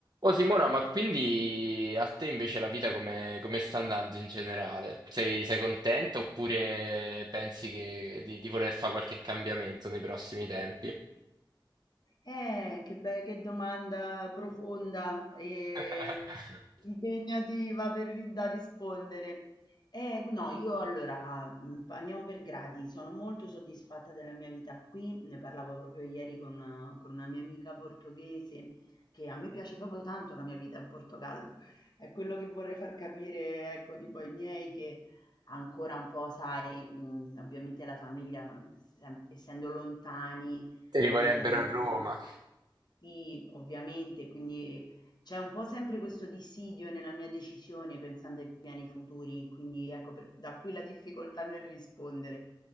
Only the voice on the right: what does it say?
Oh Simona, ma quindi a te invece la vita come, come sta andando in generale? Sei, sei contenta oppure pensi che- di, di voler fare qualche cambiamento nei prossimi tempi?
<laughs>
Ti rivorrebbero
a Roma.